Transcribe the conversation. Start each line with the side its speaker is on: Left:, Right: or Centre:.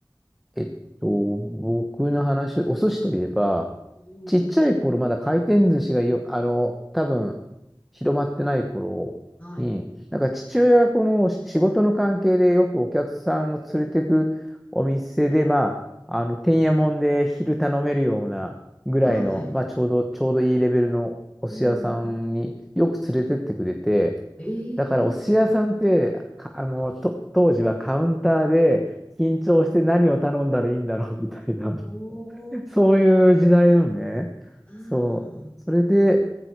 Centre: えっと、僕の話、お寿司といえば、
Left: うん。
Centre: ちっちゃい頃、まだ回転寿司がよ、あの、多分、広まってない頃に、
Left: はい。
Centre: なんか父親がこのし仕事の関係でよくお客さんを連れてくお店で、まあ、あの、てんやもんで昼頼めるようなぐらいの、
Left: あ、はい。
Centre: まあ、ちょうど、ちょうどいいレベルのお寿司屋さんによく連れてってくれて、
Left: うん、うん。ええ
Centre: だからお寿司屋さんって、か、あの、と、当時はカウンターで緊張して何を頼んだらいいんだろうみたいな、
Left: うん。
Centre: <laughs>
Left: おー、
Centre: そういう時代なのね。
Left: ああ。
Centre: そう。それで、